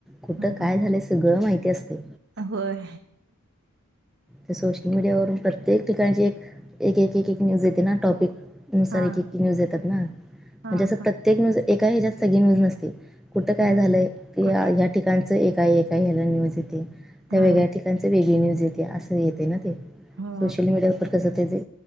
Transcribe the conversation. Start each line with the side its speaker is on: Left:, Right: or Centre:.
Centre: कुठं
Right: हम्म
Centre: काय झालंय सगळं माहिती असते
Right: होय
Centre: तर सोशल मीडियावरून प्रत्येक ठिकाणची एक एक एक एक न्यूज येते ना टॉपिक नुसार
Right: हा
Centre: एक न्यूज येतात ना म्हणजे
Right: हा
Centre: असं
Right: हा
Centre: प्रत्येक न्यूज एका ह्याच्यात सगळी न्यूज नसती कुठं काय
Right: हम्म
Centre: झालं आहे की
Right: कुठ
Centre: ह्या ठिकाणचं एकय एका ह्याला न्यूज येते त्या
Right: हा
Centre: वेगळ्या ठिकाणी त्यांच वेगळी न्यूज येते असं येते ना ते
Right: हो
Centre: सोशल मीडिया र कस त्या